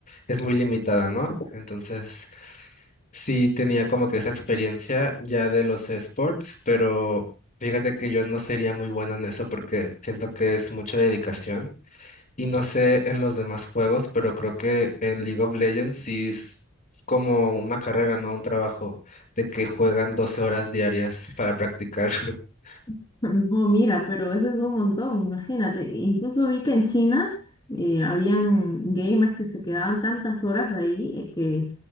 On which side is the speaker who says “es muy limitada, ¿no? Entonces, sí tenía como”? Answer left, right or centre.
Left